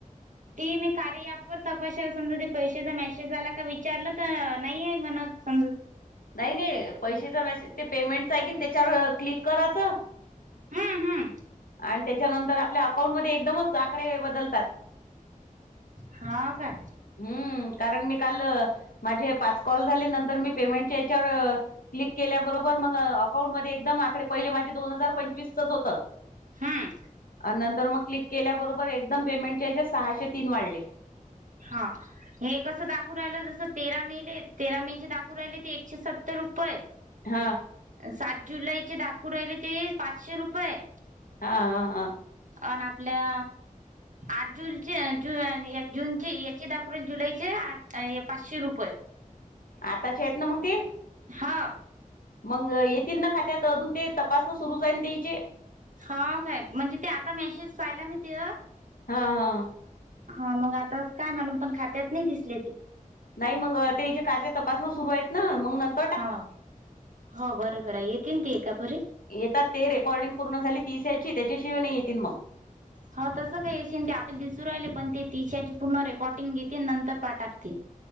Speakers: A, on the right; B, on the left.
A: ते मी कार्य ऍपवर तपाशेल समजा ते पैशाचा मेसेज आला का विचारलं त नाईये म्हणत समजत.
B: नाही नाही पैशचा मेसेज ते पेमेंटचा आहे की नाय त्याच्यावर क्लिक कराचं.
A: हम्म हम्म
B: आन त्याच्यानंतर आपल्या अकाउंट मध्ये एकदमच आकडे बदलतात.
A: हां काय?
B: हम्म कारण मी काल माझे पाच कॉल झाले नंतर मी पेमेंटच्या याच्यावर क्लिक केल्याबरोबर मग अकाउंट मध्ये एकदम आकडे पहिले माझे दोन हजार पंचवीसचच होतं.
A: हम्म
B: अ नंतर मग क्लिक केल्याबरोबर एकदम पेमेंटच्या हेच्यात सहाशे तीन वाढले.
A: हां. हे कसं दाखवू रायलं जसं तेरा मेले तेरा मे चे दाखवू रायले ते एकशे सत्तर रुपये.
B: हां.
A: साठवले की दाखवू राहिले ते पाचशे रुपये?
B: हां हां हां.
A: आन आपल्या आठ जूनचे जून आणि या जून ते एकही दाखवू राहिले जुलैचे आट हे पाचशे रुपये.
B: आताचे़ हायेत ना मग ते?
A: हाव.
B: मंग येतील न खात्यात अजून ते, तपासनं सुरू चै न त्या्यचे.
A: हा काय? म्हणजे ते आता मेसेज पायला मी ते
B: हा हा
A: हा मग आतात काय मालूम पन खात्यात नई दिसले ते.
B: नाई मंग तेजे कार्य तपासनं सुरू आहेत ना, मंग नंत-
A: हा. हो बरोबर आहे. येतीन ते एकापरी
B: येतात ते रेकॉर्डिंग पूर्ण झाली तिस याची, त्याच्याशिवाय नाइ येतींन मग.
A: हा तसं काई अशीन ते आपल्या दिसू रायले, पन ते तिशयाची पूर्ण रेकॉर्डींग घेतीन नंतर पा टाकती.